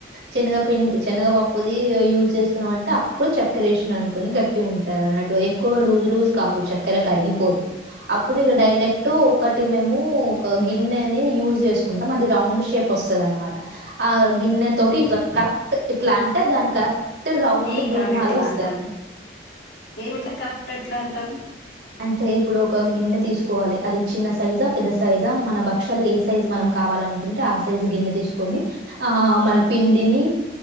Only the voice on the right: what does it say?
చెనగ పిండి చెనగ పప్పుది యూజ్ చేస్తున్నాం అంటే అప్పుడు చక్కెర ఏసినా అనుకోండి గట్టి ఉంటా అన్నట్టు ఎక్కువ లూజ్ లూజ్ కాదు చక్కెర కరిగిపోదు అప్పుడు ఇగ డైరెక్ట్ ఒక మేము ఒక గిన్నెని యూజ చేసుకుంటాం అది రౌండ్ షేప్ వస్తుంది అనమాట ఆ గిన్నె తోటి ఇట్లా కరెక్ట్ ఇట్లా అంటే దాని కరెక్ట్ రౌండ్
పూర్ణాలు
వస్తాయి
అంటే ఇప్పుడు ఒక గిన్నె తీసుకోవాలి అది చిన్న సైజా పెద్ద సైజా మన భక్షలు ఏ సైజ్ మనం కావాలనుకుంట ఉంటే ఆశ సైజు గిన్నె తీసుకొని ఆ మనం పిండిని